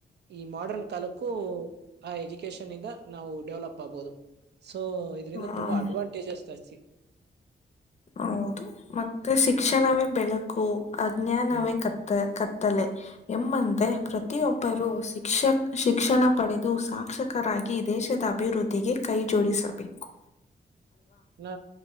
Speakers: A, on the right; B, on the left.
A: ಈ ಮೋಡ್ರನ್ ಕಾಲಕ್ಕೂ ಆ ಇ ಎಜುಕೇಶನ್ ಇಂದ ನಾವು ಡೆವಲಪ್ ಆಗ್ಬಹುದು ಸೊ
B: ಹೌದು.
A: ಇದರಿಂದ ತುಂಬಾ ಅಡ್ವಾಂಟೇಜಸ್ ಅತಿ
B: ಹೌದು ಮತ್ತೆ ಶಿಕ್ಷಣವೇ ಬೆಳಕು ಅಜ್ಞಾನವೇ
A: ಹ್ಮ್
B: ಕತ್ತ ಕತ್ತಲೆ ಎಮ್ಮಂದ ಪ್ರತಿಯೊಬ್ಬರೂ ಶಿಕ್ಷಕ್ ಶಿಕ್ಷಣ ಪಡೆದು ಸಾಕ್ಷಕರಾಗಿ ದೇಶದ ಅಭಿವೃದ್ಧಿಗೆ ಕೈಜೋಡಿಸಬೇಕು
A: ನಾ